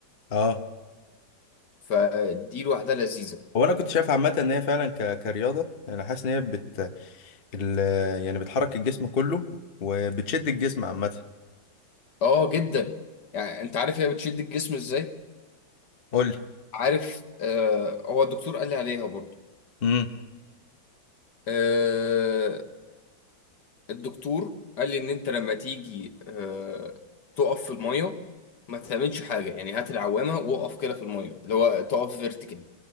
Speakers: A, on the left; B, on the left.
A: أه
B: فدي لوحدها لذيذه
A: هو أنا كنت شايف عامة إن هي فعلا ك... كرياضة أنا حاسس إن هي بت ال... يعني بتحرك الجسم كله وبتشد الجسم عامة
B: اه جدا يعني انت عارف هي بتشد الجسم ازاي
A: قول لي
B: عارف آه هو الدكتور قال لي عليها برضو
A: امم
B: آه الدكتور قال لي ان انت لما تيجي آه تقف في الميه ما تعملش حاجه يعني هات العوامه واقف كده في الميه اللي هو تقف فيرتيكال